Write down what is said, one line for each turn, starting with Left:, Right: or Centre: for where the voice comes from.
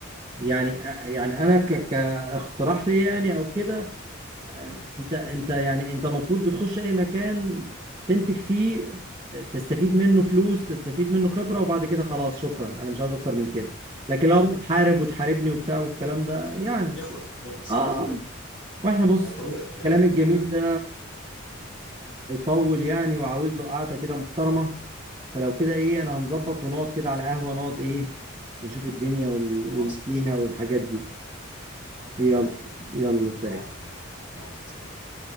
Right: يعني يعني انا ك... كاقتراح لي يعني او كده
Left: امم
Right: انت انت يعني انت المفروض بتخش اي مكان تنتج فيه تستفيد منه فلوس تستفيد منه خبرة وبعد كده خلاص شكرا انا مش عاوز اكتر من كده لكن
Left: صح
Right: لو بتحارب وتحاربني وبتاع والكلام ده يعني
Left: مش هنخلص مش هنخلص
Right: اه
Left: صح مش هنخلص
Right: واحنا بص
Left: فهي طبيعي طبيعي
Right: الكلام الجميل
Left: طبيعي
Right: ده هيطول يعني وعاوز له قعدة كده محترمة فلو كده ايه انا هنظبط ونقعد كده على قهوة نقعد ايه نشوف الدنيا وال... والفيها
Left: خلاص قشطه
Right: والحاجات دي يلا
Left: تمام
Right: يلا سلام
Left: نقعد يا باشا نقعد سلام